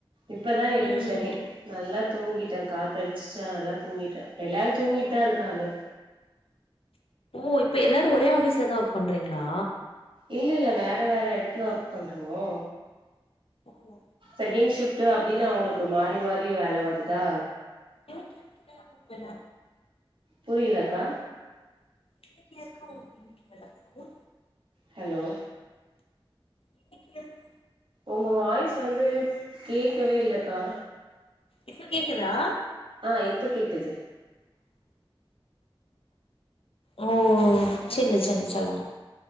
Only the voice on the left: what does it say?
ம்
ஓ இப்ப எல்லாரு ஒரே ஆஃபீஸ்ல தா ஒர்க் பண்றீங்ளா
ஆமா
என்ன
இன்னிக்கி எங்க உங்கண்ணுக்கு நல்லாருக்கூ
இன்னிக்கி இருக்
இப்ப கேக்குதா
ஓ செல்லு சொல்லு சொல்லுங்க